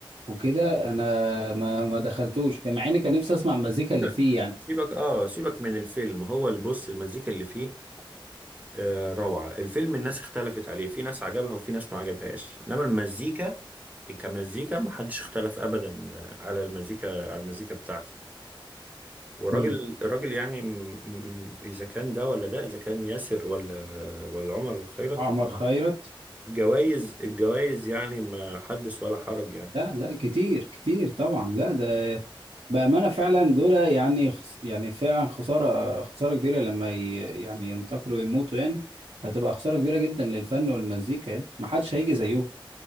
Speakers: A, on the right; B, on the right.
A: وكده انا ما ما دخلتوش مع اني كان نفسي اسمع المزيكا
B: سيبك
A: اللي فيه يعني
B: سيبك آه سيبك من الفيلم هو البص المزيكا اللي فيه آه، روعة الفيلم الناس اختلفت عليه في ناس عجبها وفي ناس ما عجبهاش إنما المزيكا كمزيكا محدش اختلف أبدا على المزيكا على المزيكا بتاعته والراجل
A: امم
B: الراجل يعني م- م- اذا كان ده ولا ده اذا كان ياسر ولا ولا عمر الخيرت
A: عمر خيرت
B: الجوائز الجوائز يعني ما حدث ولا حرج يعني
A: لا لا كتير كتير طبعا لا ده بأمانة فعلا دول يعني خس- يعني فعلا خسارة خسارة كبيرة لما ي- يعني ينتقلوا ويموتوا يعني هتبقى خسارة كبيرة جدا للفن والمزيكا يعني محدش هيجي زيهم